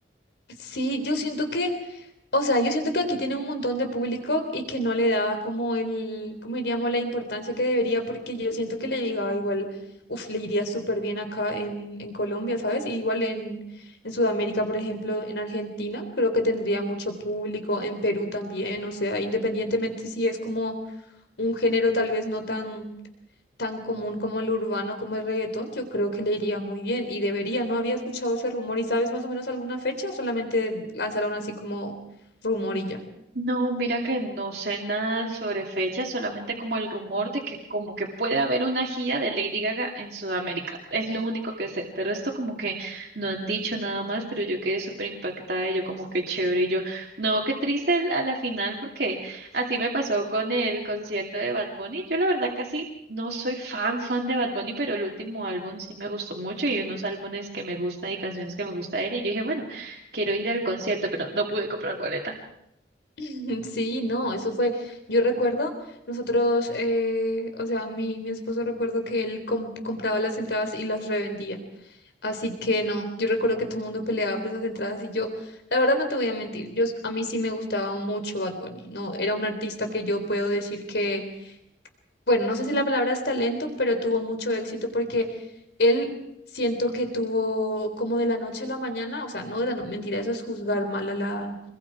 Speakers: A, on the left (about 75°); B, on the right (about 60°).
A: Sí, yo siento que O sea, yo siento que aquí tiene un montón de público y que no le da como el, como diríamos, la importancia que debería, porque yo siento que le diga igual, uf, le iría súper bien acá en, en Colombia, ¿sabes? Y igual en, en Sudamérica, por ejemplo, en Argentina, creo que tendría mucho público, en Perú también, o sea, independientemente si es como un género tal vez no tan tan común como el urbano, como el reggaetón, yo creo que le iría muy bien y debería. No había escuchado ese rumor y sabes más o menos alguna fecha o solamente lanzaron así como rumor y ya.
B: No, mira que no sé nada sobre fechas, solamente como el rumor de que como que puede haber una gira de Lady Gaga en Sudamérica. Es lo único que sé. De resto como que no han dicho nada más, pero yo quedé súper impactada y yo como que chévere y yo, no, qué triste el- a la final porque así me pasó con el concierto de Bad Bunny. Yo la verdad casi no soy fan fan de Bad Bunny, pero el último álbum sí me gustó mucho y unos álbumes que me gusta y canciones que me gusta de él y yo dije, bueno, quiero ir al concierto, pero no pude comprar boleta.
A: <laughs> Sí, no, eso fue, yo recuerdo, nosotros, eh, o sea, mi, mi esposo recuerdo que él com- compraba las entradas y las revendía. Así que no, yo recuerdo que todo el mundo peleaba por esas entradas y yo, la verdad no te voy a mentir, yo, a mí sí me gustaba mucho Bad Bunny, no, era un artista que yo puedo decir que bueno, no sé si la palabra es talento, pero tuvo mucho éxito porque él siento que tuvo como de la noche a la mañana, o sea, no de la no- mentira, eso es juzgar mal a la,